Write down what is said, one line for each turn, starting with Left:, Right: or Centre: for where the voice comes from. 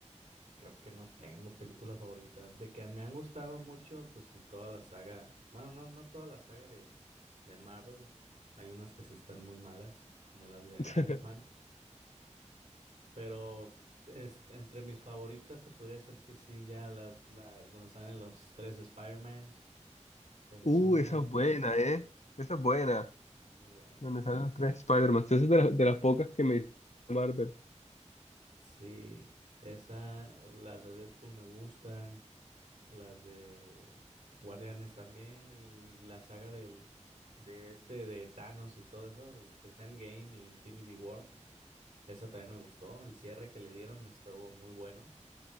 Right: creo que no tengo película favorita. De que me han gustado mucho, pues sí, toda la saga. Bueno, no, no toda la saga de, de Marvel. Hay unas que sí están muy malas, como las de
Left: <laughs>
Right: Ant-Man. Pero es- entre mis favoritas se podría decir que sí, ya la, la donde salen los tres Spider-Mans. Esa
Left: Uh,
Right: es una.
Left: esa es buena, ¿eh? Esa es buena.
Right: Muy buena.
Left: Donde salen los tres Spider-Man. Esa es de, las de las pocas que me hizo Marvel.
Right: Sí, esa, las de Deadpool me gustan, las de Guardianes también y la saga del de este de Thanos y todo eso, el que es Endgame y Infinity War, esa también me gustó, el cierre que le dieron estuvo muy bueno.